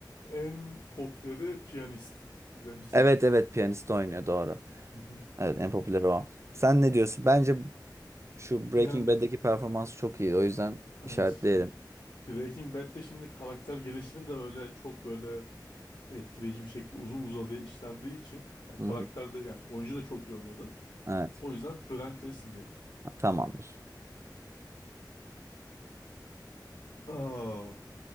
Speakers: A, on the left (about 85°); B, on the right (about 40°).
A: en popüleri piyanist. İzlemişsindir.
B: Evet evet piyanist oynuyor doğru.
A: Hı hı.
B: Evet en popüler o. Sen ne diyorsun? Bence şu
A: Yani
B: Breaking Bad'deki performans çok iyi. O yüzden
A: evet
B: işaretleyelim.
A: şimdi Breaking Bad'de şimdi karakter gelişimi de böyle çok böyle etkileyici bir şekilde uzun uzadıya işlendiği için yani
B: Hı
A: karakter
B: hı.
A: de yani oyuncu da çok iyi oynadı.
B: Evet
A: O yüzden Bryan Cranston diyelim.
B: tamamdır.
A: Aa.